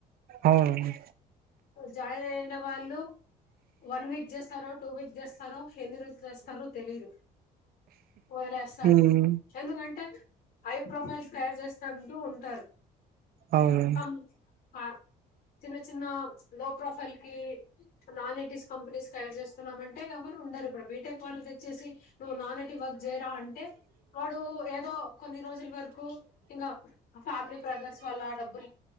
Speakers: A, on the right (about 60°); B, on the left (about 60°).
A: అవును
B: జాయిన్ అయిన వాళ్ళు వన్ వీక్ చేస్తారో టూ వీక్ చేస్తారో హెన్ని రోజులు చేస్తారు తెలీదు వదిలేస్తారు
A: ఉమ్
B: ఎందుకంటే హై ప్రొఫైల్స్ తయారు చేస్త. తంటూ అంటూ ఉంటారు.
A: అవును
B: కం క. చిన్న చిన్న. లో ప్రొఫైల్ కీ. నాన్ ఎటీస్ కంపెనీస్ తయారు చేస్త. వెళ్తున్న మంటే ఎవరు ఉండరు ఇప్పుడు బీటెక్ వాళ్ళు తెచ్చేసి నువ్వు నానటి వద్. జయరా అంటే వాడు ఏదో కొన్ని రోజుల వరకు ఇంకా ఫ్యామిలీ బ్రదర్స్ వల్ల డబ్బు.